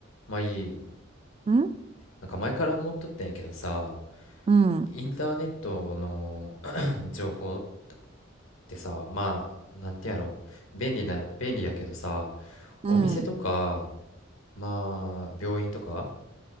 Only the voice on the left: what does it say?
まあいい。
なんか前から思っとったんやけどさ、
インターネットの <coughs> <clears throat> 情報ってさ、まあ、なんてやろう、便利な、便利やけどさ、
お店とか、まあ、病院とか、